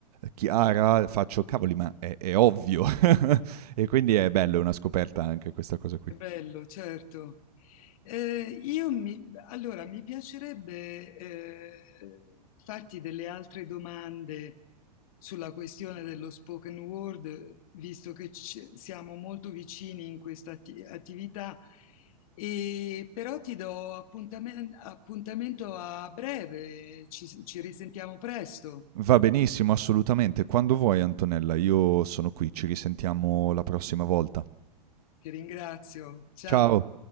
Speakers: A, on the right; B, on the left.
A: Chiara, faccio cavoli, ma è, è ovvio. <laughs> E quindi è bello, è una scoperta anche questa cosa qui.
B: È bello, certo. Eh, io mi, allora, mi piacerebbe eh, farti delle altre domande sulla questione dello spoken word, visto che ci- siamo molto vicini in questa atti- attività, e, però ti do appuntamen- appuntamento a breve, ci ci risentiamo presto.
A: Va benissimo, assolutamente. Quando vuoi, Antonella, io sono qui. Ci risentiamo la prossima volta.
B: Ti ringrazio, ciao.
A: Ciao.